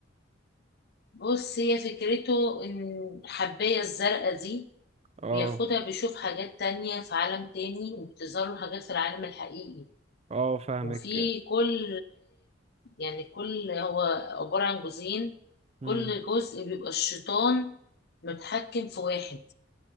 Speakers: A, on the left (about 55°); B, on the right (about 35°).
A: بص هي فكرته إن الحباية الزرقاء دي
B: اه
A: بياخدها بيشوف حاجات تانية في عالم تاني وبتظهر له حاجات في العالم الحقيقي
B: اه فاهمك
A: وفي كل يعني كل هو عبارة عن جزئين
B: امم
A: كل جزء بيبقى الشيطان متحكم في واحد